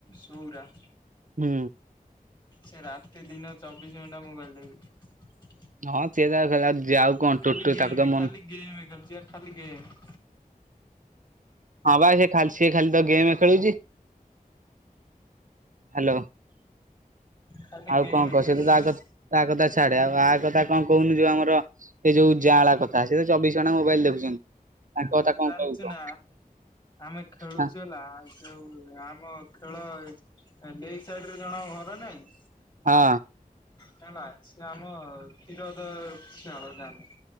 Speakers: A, on the left (about 30°); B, on the right (about 60°).
A: ସଉରା
B: ହୁଁ।
A: ସେ ରାତି ଦିନ ଚବିଶ ଘଣ୍ଟା ମୋବାଇଲ ଦେଖୁଚି
B: ହଁ ସେ ତାର ଆଉ କଣ
A: ଖାଲି
B: ଟୁଟୁ
A: ଗେମ
B: ତାକୁ ତ ମନ
A: ଖାଲି ଗେମ ଖେଳୁଛି ଖାଲି ଗେମ
B: ହଁ ଭାଇ ସେ ଖାଲି ସେ ଖାଲି ତ ଗେମ ଖେଳୁଛି। ହ୍ୟାଲୋ
A: ଖାଲି
B: ଆଉ
A: ଗେମ୍
B: କଣ କହ
A: ଖେଳୁଛି
B: ସେ ତ ଯା କରୁଛି ତା କଥା ଚାଡେ ଆଉ ଆ କଥା କଣ କହୁନୁ ଯୋଉ ଆମର ସେ ଯୋଉ ଜାଁଳା କଥା ସେ ତ ଚବିଶ ଘଣ୍ଟା ମୋବାଇଲ ଦେଖୁଛନ୍ତି। ତାଙ୍କ କଥା କଣ
A: ଜାଣିଛୁ
B: କହିବୁ କହ
A: ନା ଆମେ ଖେଳୁଛୁ
B: ହଁ
A: ହେଲା ଯୋଉ ଆମ ଖେଳ ଲେପଟ ସାଇଡରେ ଜଣଙ୍କ ଘର ନାଇଁ
B: ହଁ।
A: ହେଲା ସେ ଆମ ଖିରଦ ଛାଡ ଜାଣିନୁ